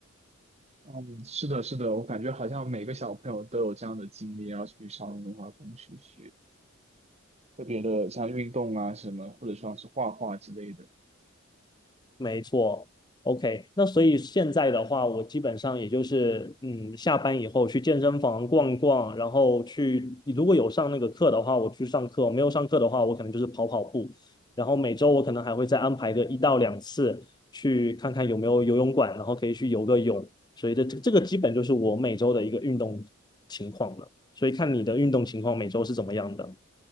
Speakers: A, on the right (about 30°); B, on the left (about 20°).
A: 嗯，是的，是的，我感觉好像每个小朋友都有这样的经历，要去上年文化宫去学特别的像运动啊什么，或者说是画画之类的。
B: 没错，OK。那所以现在的话，我基本上也就是，嗯，下班以后去健身房逛逛，然后去，如果有上那个课的话，我去上课；没有上课的话，我可能就是跑跑步。然后每周我可能还会再安排个一到两次，去看看有没有游泳馆，然后可以去游个泳。所以这这个基本就是我每周的一个运动情况了。所以看你的运动情况每周是怎么样的。